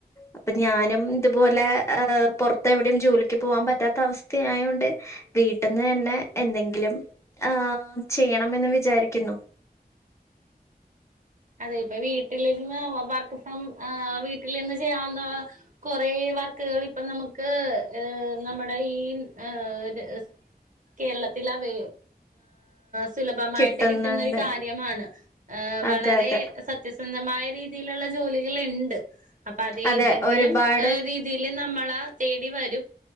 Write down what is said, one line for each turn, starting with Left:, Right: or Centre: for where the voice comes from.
Left: അപ്പൊ ഞാനും ഇതുപോലെ ങ് പൊറത്തെവി ലും ജോലിക്ക് പോവാൻ പറ്റാത്ത അവസ്ഥ ആയോണ്ട് വീട്ടിന്ന് തന്നെ എന്തെങ്കിലും ആഹ് ചെയ്യണമെന്ന് വിചാരിക്കുന്നു
Right: അതെ ഇപ്പ വീട്ടിലിര്ന്ന് വർക്ക് ഫ്രോം ആഹ് വീട്ടിലിര്ന്ന് ചെയ്യാവുന്ന കൊറേ വർക്കുകൾ ഇപ്പ നമുക്ക് ങ് നമ്മ ഈ ങ് കേരളത്തിൽ ങ് സുലഭമായിട്ട്
Left: കിട്ടുന്നുണ്ട്
Right: കിട്ടുന്ന ഒരു കാര്യമാണ് ങ് വള
Left: അതെ അതെ
Right: സത്യസന്ധമായ രീതിയിലുള്ള ജോലികൾ ഉണ്ട് അപ്പ അത്
Left: അതെ
Right: ഇതെങ്കിലും
Left: ഒരുപാട്
Right: ങ് രീതി ഇതില് നമ്മളാ തേടി വരും